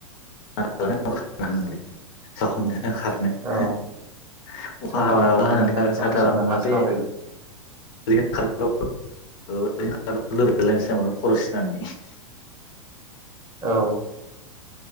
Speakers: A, on the left (about 40°); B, on the right (about 15°).
A: <unintelligible> नोंलाय सा हमनो खारनो
B: नङा। औ
A: अखा
B: साथा
A: हाबायाव
B: हमनानैनो
A: अखा हानानै
B: ना खारनोसो
A: साथा
B: जागोन
A: हमासे
B: ना थाबायनो
A: <unintelligible> <unintelligible>
B: औ।